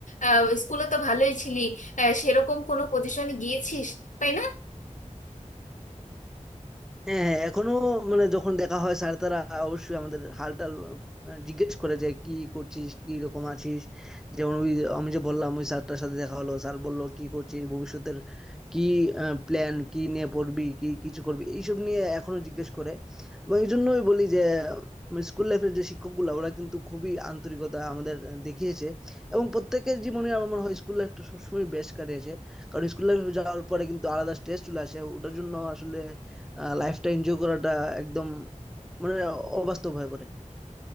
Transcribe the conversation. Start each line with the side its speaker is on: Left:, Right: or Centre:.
Left: আহ, স্কুলে তো ভালোই ছিলি আহ, সেরকম কোনো পজিশনে গিয়েছিস তাই না
Centre: হ্যাঁ হ্যাঁ এখনো মানে যখন দেখা হয় স্যার তারা অবশ্যই আমাদের হালটাল আহ, জিজ্ঞেস করে যে কি করছিস কি রকম আছিস যেমন ওই আমি যে বললাম ওই স্যারটার সাথে দেখা হলো স্যার বললো কি করছিস ভবিষ্যতের কি প্ল্যান কি নিয়ে পড়বি কি কিছু করবি এইসব নিয়ে এখনো জিজ্ঞেস করে এবং এই জন্যই বলি যে স্কুল লাইফের যে শিক্ষকগুলো ওরা কিন্তু খুবই আন্তরিকতা আমাদের আহ, দেখিয়েছে এবং প্রত্যেকের জীবনে আমার মনে হয় স্কুল লাইফটা সবসময় বেস্ট কাটিয়েছে কারণ স্কুল লাইফে যাওয়ার পরে কিন্তু আলাদা স্ট্রেস চলে আসে ওটার জন্য আসলে লাইফটা এনজয় করাটা একদম মানে অবাস্তব হয়ে পড়ে।